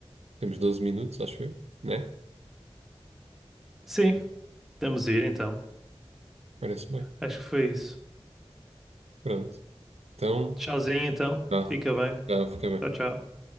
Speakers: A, on the right (about 85°); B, in the centre.
A: Temos 12 minutos, acho eu, né?
B: sim, podemos ir então.
A: Parece bem.
B: Acho que foi isso.
A: Pronto. Então,
B: Tchauzinho então.
A: tá.
B: Fica bem.
A: Já fica bem.
B: Tchau, tchau.